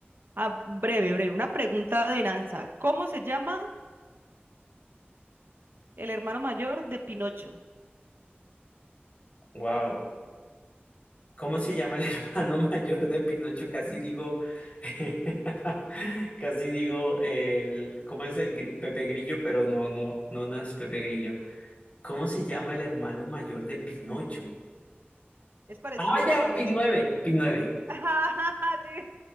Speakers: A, on the right (about 60°); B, on the left (about 40°).
A: Ah, breve, breve. Una pregunta de adivinanza. ¿Cómo se llama el hermano mayor de Pinocho?
B: Wow. ¿Cómo se llama el <laughs> hermano mayor de Pinocho? Casi digo, <laughs> casi digo el, ¿cómo es el gri- Pepe Grillo? Pero no, no, no, no es Pepe Grillo. ¿Cómo se llama el hermano mayor de Pinocho?
A: Es parecido
B: Ah, ya,
A: a Pinocho.
B: Pin 9, Pin 9.
A: <laughs> Sí.